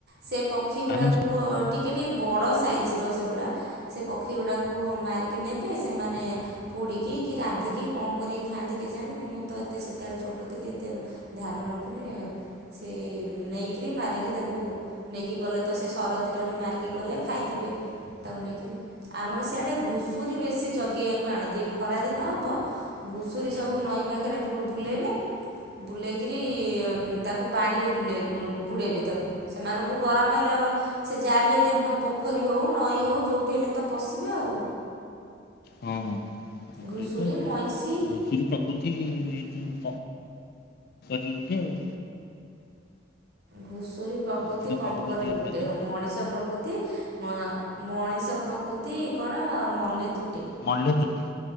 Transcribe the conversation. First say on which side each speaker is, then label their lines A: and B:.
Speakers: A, on the right (about 55°); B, on the left (about 55°).
A: ସେ ପକ୍ଷୀ
B: ପାରା
A: ଗୁଡାକୁ
B: ମାଛ
A: ଟି ଟିକେ ଟିକେ ବଡ଼ ସାଇଜ ସେଗୁଡ଼ା ସେ ପକ୍ଷୀ ଗୁଡ଼ାକୁ ମାରିକି ନେବେ ସେମାନେ ପୋ ପୋଡ଼ିକି କି ରାନ୍ଧିକି କଣ କରିକି ଖାଆନ୍ତି କେଜାନି? ଜାଣି ମୁଁ ତ ଏତେ ସେତେବେଳେ ଛୋଟ ଥିଲି ଏତେ ଧ୍ୟାନ ରଖିନି ସେଇ ନେଇକରି ମାରିକି ତାକୁ ନେଇକି ଗଲେ ତ ସେ ସରତୀରରେ ମାରିକି ଗଲେ ଖାଇଥିବେ। ତାକୁ ନେଇକରି ଆମର ସିଆଡେ ଘୁଷୁରୀ ବେଶୀ ଯ ଗେଇବାକୁ ଆଣନ୍ତି, ଖରା ଦିନ ହବ ଘୁଷୁରୀ
B: ହୁଁ
A: ଯୋଉ ନଈ ପାଖରେ ବୁଲେଇବେ। ବୁଲେଇକରି ତାକୁ ପାଣିରେ ବୁଲେଇ ବୁଡ଼ାଇବେ ତାକୁ ସେମାନଙ୍କୁ ଗରମ ହେଲେ ହଁ ସେ ଯାହା ବି ହେଲେ ପୋଖରୀ ହଉ ନଈ ହଉ ଯୋଉଠି ହେଲେ ତ ପଶିବେ ଆଉ।
B: ହଁ ସେହି
A: ଘୁଷୁରୀ
B: ତ
A: ମଇଁଷି
B: ଘୁଷୁରୀ ପ୍ରକୃତି ଏଇ ଯୋଉ କରିଛନ୍ତି ଆଉ।
A: ଘୁଷୁରୀ ପ୍ରକୃତି
B: ଏଥିର
A: ପଙ୍କରେ
B: ପାଗକୁ ଅଧିକ
A: ଲୁଟେ
B: ଅଲଗା ନା
A: ହଁ ମଣିଷ ପ୍ରକୃତି ତି ମଣିଷ ପ୍ରକୃତି କଣ ମଲେ ତୁଟେ।
B: ମଲେ ତୁଟେ।